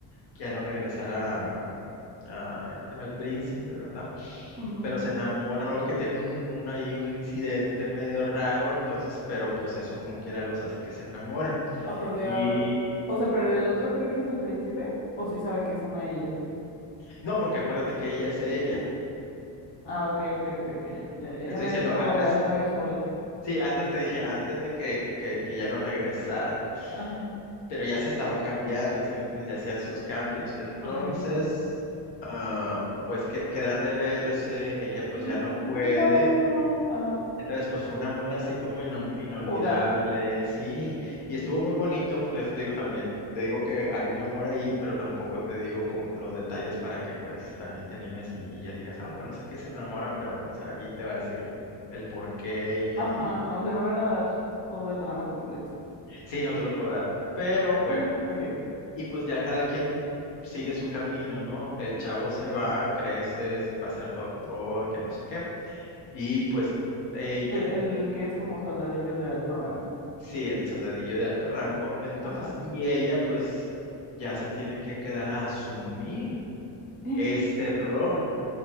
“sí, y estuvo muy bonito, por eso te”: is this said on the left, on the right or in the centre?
Left